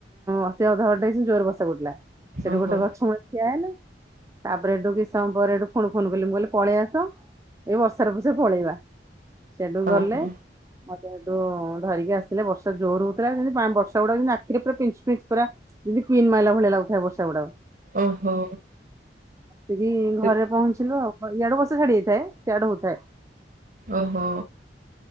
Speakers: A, on the right; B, on the right.
A: ଅଧା ବାଟେ ହେଇଛୁ ଜୋର ବର୍ଷା କୁଟିଲା ସେଠୁ
B: ଓହୋ
A: ଗୋଟେ ଗଛ ମୂଳେ ଠିଆ ହେଲୁ। ତାପରେ ଏଠୁ କିଛି ସମୟ ପରେ ଏଠୁ ପୁଣି ଫୋନ କଲି। ମୁଁ କହିଲି ପଳେଇ ଆସ ଏଇ ବର୍ଷାରେ ପଛେ ପଳେଇବା। ସେଉଠୁ ଗଲେ।
B: ଓହୋ
A: ମତେ ସେଠୁ ଧରିକି ଆସିଲେ। ବର୍ଷା ଜୋର ହଉଥିଲା। ଯେମିତି ବର୍ଷା ଗୁଡା ଆଖିରେ ପୁରା ପିଞ୍ଚ ପିଞ୍ଚ ପୁରା ଯେମିତି ପିନ୍ ମାଇଲା ଭଳି ଲାଗୁଥିଲା ବର୍ଷ ଗୁଡାକ।
B: ଓହୋ।
A: ଆସିକି
B: ଏ
A: ଘରେ ପହଞ୍ଚିଲୁ ଆଉ। ଇଆଡୁ ବର୍ଷ ଛାଡି ଯାଇଥାଏ, ସିଆଡେ ହଉଥାଏ।
B: ଓହୋ।